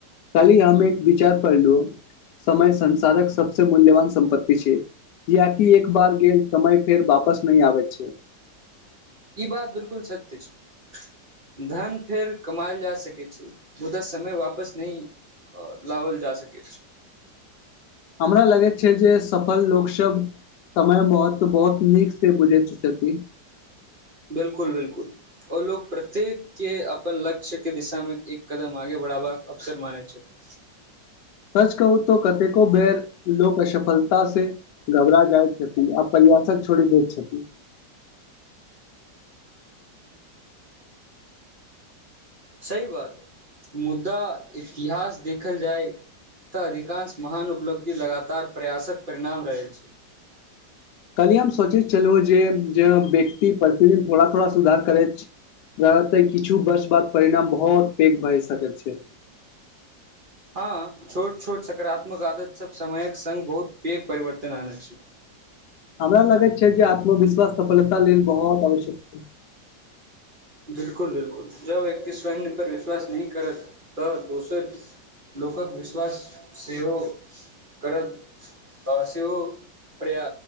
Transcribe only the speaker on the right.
ई बात बिलकुल सत्य छै धन फेर कमाायल जा सकै छै मुदा समय वापस नहि अ लावल जा सक छै
बिलकुल बिलकुल ओ लोक प्रत्येक के अपन लक्ष्य के दिशामे एक कदम आगे बड़ा ब अफ्सर मान छथि
सही बात मुदा इतिहास देखल जाय तऽ अधिकांश महान उपलब्धि लगातार प्रयासक परिणाम रहल छै
हँ छोट छोट सकारात्मक आदत सब समयक संगङ्ग बहुत पेघ परिवर्तन आन छै
बिलकुल बिलकुल जब व्यक्त स्वय पर विश्वास नहि करत तऽ दोसर लोकक विश्वास सेहो करत सेहो प्र्या